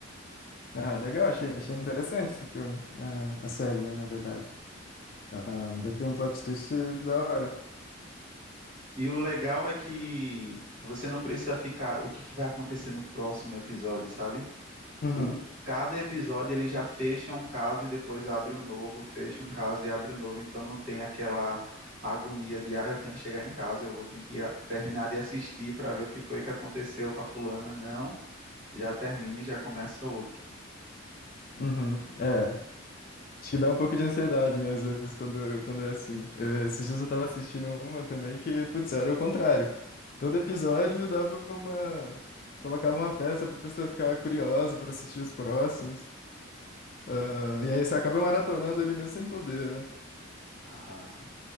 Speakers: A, on the left; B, on the right.
A: Ah, legal, achei, achei interessante esse filme. Ah, a série, né, na verdade. Ah, deve ter um plot twist da hora.
B: E o legal é que você não precisa ficar o que que vai acontecer no próximo episódio, sabe?
A: Uhum,
B: O, cada episódio ele já fecha um caso e depois abre um novo, fecha um caso e abre um novo, então não tem aquela agonia de, ah, eu tenho que chegar em casa, eu vou ter que a- terminar de assistir para ver o que foi que aconteceu com a fulana. Não, já termina e já começa outro.
A: uhum, é. Acho que dá um pouco de ansiedade, né, às vezes, quando, quando é assim. Eu- esses dias eu tava assistindo uma também que, putz, era o contrário. Todo episódio dava uma... Colocava uma peça pra pessoa ficar curiosa pra assistir os próximos. Ah, e aí você acaba maratonando ali mesmo sem poder, né?
B: Ah,